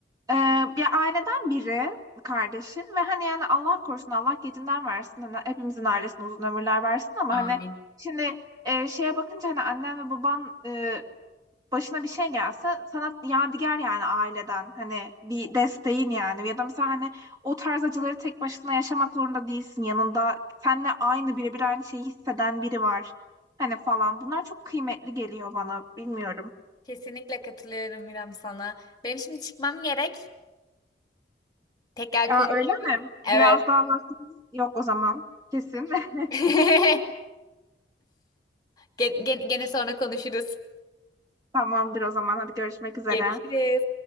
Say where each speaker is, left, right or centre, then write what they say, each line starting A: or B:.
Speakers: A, on the right; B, on the left.
A: Ee, bir aileden biri kardeşin ve hani yani Allah korusun Allah gecinden versin hani hepimizin ailesine uzun ömürler versin ama
B: Amin.
A: hani şimdi e, şeye bakınca hani annen ve baban e, başına bir şey gelse sana yadigar yani aileden hani bir desteğin yani ya da mesela hani o tarz acıları tek başına yaşamak zorunda değilsin yanında seninle aynı birebir aynı şeyi hisseden biri var hani falan bunlar çok kıymetli geliyor bana bilmiyorum.
B: Kesinlikle katılıyorum İrem sana. Benim şimdi çıkmam gerek. Tekrar
A: Aa,
B: konuşuruz.
A: öyle mi? Biraz
B: Evet.
A: daha vaktimiz yok o zaman. Kesin. <laughs>
B: <laughs> Gene, gene sonra konuşuruz.
A: Tamamdır o zaman. Hadi görüşmek üzere.
B: Görüşürüz.